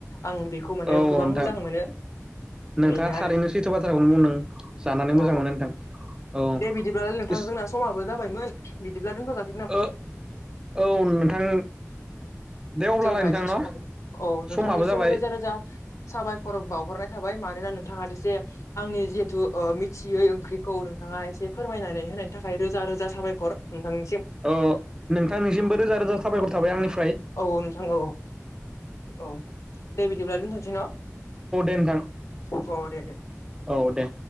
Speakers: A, on the left (about 70°); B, on the right (about 15°).
A: आं बेखौ माने
B: औ
A: गोबां
B: नोंथां
A: मोजां मोनो
B: नोंथाङा
A: बेनो
B: थारैनो
A: आरो
B: सैथो बाथ्राखौनो बुंदों जानानै
A: औ
B: मोजां मोनो
A: औ
B: नोंथां औ
A: दे बिदिब्लालाय नोंथां
B: इस
A: जोंना समाबो जाबायमोन बिदिब्ला दोनथ'जा
B: ओ औ नोंथां दे। अब्लालाय
A: जोंना
B: नोंथां
A: एसे
B: न'
A: समाबो औ नोंथांनिसिम
B: समाबो जाबाय
A: रोजा रोजा साबायखर बावहरनाय थाबाय मा नोना नोंथाङा जे आंनि जिहेथु अ मिथियै ओं ख्रिखौ नोंथाङा एसे फोरमायनानै होनायनि थाखाय रोजा रोजा साबायखर। नोंथांनिसिम
B: अ नोंथांनिसिमबो रोजा रोजा साबायखर थाबाय। आंनिफ्राय
A: औ नोंथां औ औ। औ दे बिदिब्ला दोनथ'सै न'?
B: <inaudible> नोंथां
A: अ दे दे
B: औ दे।